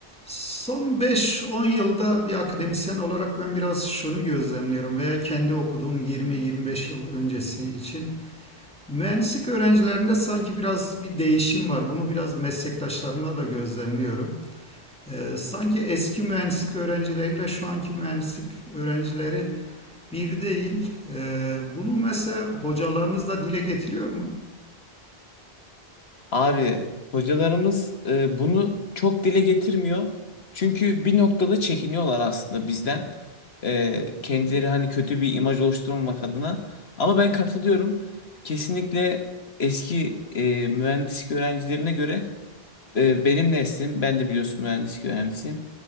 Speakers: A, in the centre; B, on the left.
A: Son beş on yılda bir akademisyen olarak ben biraz şunu gözlemliyorum veya kendi okuduğum 20-25 yıl öncesi için mühendislik öğrencilerinde sanki biraz bir değişim var. Bunu biraz meslektaşlarımla da gözlemliyorum. Ee, sanki eski mühendislik öğrencileriyle şu anki mühendislik öğrencileri bir değil. Ee, bunu mesela hocalarınız da dile getiriyor mu?
B: Abi hocalarımız e, bunu çok dile getirmiyor. Çünkü bir noktada çekiniyorlar aslında bizden. E, kendileri hani kötü bir imaj oluşturmamak adına. Ama ben katılıyorum. Kesinlikle eski e, mühendislik öğrencilerine göre e, benim neslim, ben de biliyorsun mühendislik öğrencisiyim.